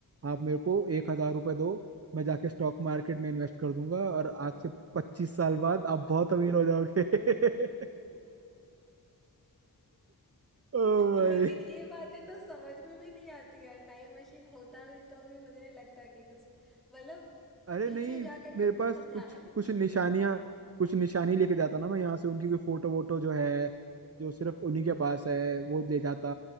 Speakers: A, on the right; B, in the centre.
A: आप मेरे को एक हजार रुपये दो मैं जाके स्टॉक मार्केट में इन्वेस्ट कर दूंगा और आज से पच्चीस साल बाद आप बहुत अमीर हो जाओगे <laughs> ओ भाई
B: लेकिन ये बातें तो समझ में भी नहीं आती यार टाइम मशीन होता भी तो भी मुझे नहीं लगता कि कुछ मतलब
A: अरे
B: पीछे
A: नहीं
B: जा करके
A: मेरे
B: उनको
A: पास
B: समझाना
A: कुछ
B: भी
A: कुछ
B: मुश्किल
A: निशानियां
B: है
A: कुछ निशानी लेके जाता ना मैं यहाँ से उनकी कोई फोटो वोटो जो है जो सिर्फ उन्हीं के पास है वो ले जाता